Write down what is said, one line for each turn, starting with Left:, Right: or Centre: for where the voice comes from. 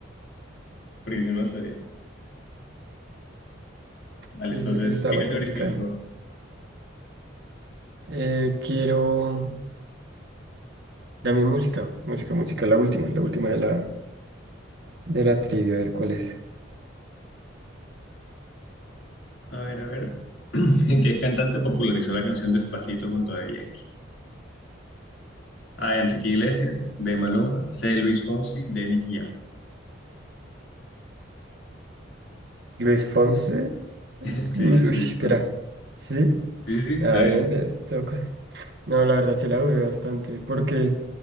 Left: porque sí no lo sabía. Vale,
Right: Estoy
Left: entonces,
Right: Diciendo que eso estaba
Left: ¿qué
Right: más
Left: categoría
Right: complicado.
Left: quieres ahora?
Right: Eh, quiero... Dame música. Música, música. La última. La última de la, de la trivia. A ver cuál es.
Left: A ver, a ver. <laughs> ¿Qué cantante popularizó la canción Despacito junto a Daddy Yankee? A Enrique Iglesias, B. Maluma, C. Luis Fonsi, D. Nicky Jam.
Right: Luis Fonse. Luis...
Left: <laughs> Sí,
Right: uy,
Left: Luis
Right: espera.
Left: Fonsi.
Right: Sí.
Left: Sí, sí, sí,
Right: Ah,
Left: está bien.
Right: bien. Les toca. No, la verdad sí la dudé bastante, porque